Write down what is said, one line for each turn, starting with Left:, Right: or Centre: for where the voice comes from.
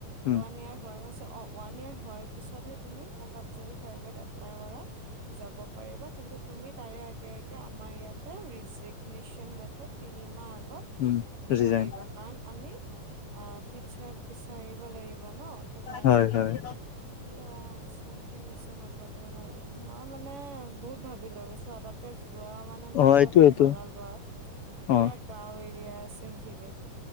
Left: উম
Right: ওৱান ইয়েৰ হৈ গৈছে অ' ওৱান ইয়েৰ হোৱাৰ পিছতহে তুমি কৰ'বাত যদি প্ৰাইভেট এপ্লাই কৰা যাব পাৰিবা। কিন্তু তুমি তাৰে আগে-আগে আমাৰ ইয়াতে ৰিজিগনেচন লেটাৰ তিনিমাহ আগত
Left: উম
Right: দিব
Left: ৰিজাইন
Right: লাগিব কাৰণ আমি টিচাৰ বেছি বিচাৰিব লাগিব ন' তোমাৰ
Left: হয়
Right: জাগাত,
Left: হয়
Right: মই বোলো অ' আচ্ছা ঠিক আছে হ'ব দিয়ক বাৰু। মই মানে বহুত ভাবিলো আৰু চোৱা তাতে যোৱা মানে মই
Left: অ
Right: এটা
Left: এইটো
Right: ৰুম
Left: এইটো
Right: ভাড়া লোৱা। পুৰা
Left: অ
Right: গাওঁ এৰিয়া আছে সেইখিনিত।